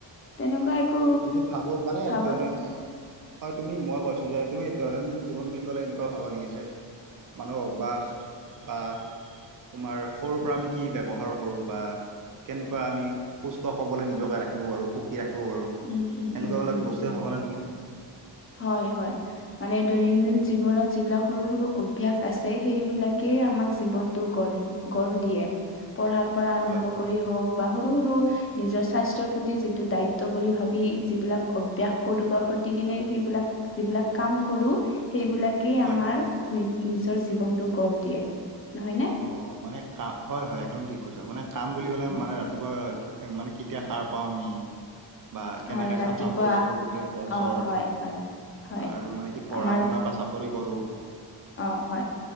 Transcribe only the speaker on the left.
তেনেকুৱা একো
ভাবা
উম, উম,
উম, উম,
উম,
হয়, হয়। মানে দৈনন্দিন জীৱনত যিবিলাক সৰু সৰু অভ্যাস আছে, সেইবিলাকেই আমাক জীৱনটো গঢ় গঢ় দিয়ে। পঢ়াৰ পৰা আৰম্ভ
কৰি হওক বা সৰু সৰু নিজৰ স্বাস্থ্যৰ প্ৰতি যিটো দায়ি ত্ব বুলি ভাবি যিবিলাক অভ্যাস কৰো বা প্ৰতিদিনে সেইবিলাক যিবিলাক কাম কৰো। সেইবিলাকেই
আমাৰ নি নিজৰ জীৱনটো গঢ় দিয়ে। নহয় নে
উম,
হয় ৰাতিপুৱা
অ হয় হয় হয়
আমাৰ
অ', হয়।